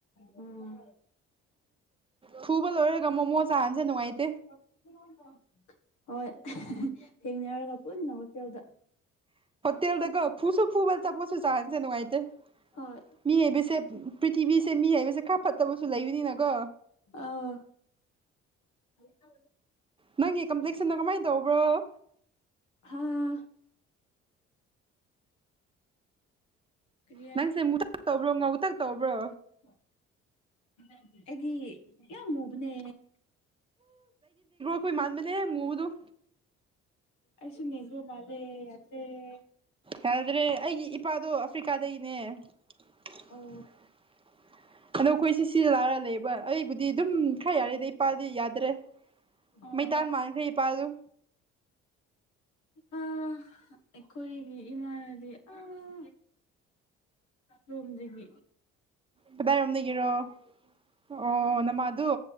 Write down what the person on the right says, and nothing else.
ꯐꯨꯕꯥ ꯂꯣꯏꯔꯒ ꯃꯣꯃꯣ ꯆꯥꯍꯟꯁꯦ ꯅꯨꯡꯉꯥꯏꯇꯦ
ꯍꯣꯇꯦꯜꯗꯥ ꯐꯨꯁꯨ ꯐꯨꯕꯦꯜ ꯆꯣꯁꯨ ꯆꯍꯁꯦ ꯅꯅꯨꯡꯉꯥꯏꯦ
ꯃꯤ ꯍꯥꯏꯕꯁꯦ ꯄ꯭ꯔꯤꯊꯤꯕꯤꯁꯦ ꯃꯤ ꯍꯥꯏꯩꯕꯁꯦ ꯀꯥ ꯐꯠꯇꯕꯁꯨ ꯂꯩꯕꯅꯤꯅꯀꯣ
ꯅꯪꯒꯤ ꯀꯝꯄ꯭ꯂꯦꯛꯁꯟꯗꯣ ꯀꯃꯥꯏꯅ ꯇꯧꯕ꯭ꯔꯣ
ꯅꯪꯁꯦ ꯃꯨꯛꯇꯛ ꯇꯧꯕ꯭ꯔꯣ ꯉꯥꯎꯨ ꯇꯛ ꯇꯧꯕ꯭ꯔꯣ
ꯍ‌ꯣꯏ ꯃꯥꯟꯕꯅꯦ ꯃꯨꯕꯗ‌ꯣ
ꯌꯥꯗ꯭ꯔꯦ ꯑꯩꯒꯤ ꯏꯄꯥꯗꯣ ꯑꯐ꯭ꯔꯤꯀꯥꯗꯒꯤꯅꯦ <unintelligible>
ꯑꯗꯣ ꯈꯣꯏꯁꯤ ꯁꯤ ꯁꯤꯗ ꯂꯥꯛꯑꯒ ꯂꯩꯕ ꯑꯩꯕꯨꯗꯤ ꯑꯗꯨꯝ ꯈꯔ ꯌꯥꯔꯦꯗ ꯏꯄꯥꯗꯤ ꯌꯥ ꯭ꯗꯔꯦ
ꯃꯩꯇꯥꯟ ꯃꯥꯟꯈ꯭ꯔꯦ ꯏꯄꯥꯗ‌ꯣ
ꯀꯗꯥꯏꯔꯣꯝꯗꯒꯤꯔꯣ ꯑꯣ ꯅꯃꯥꯗꯨ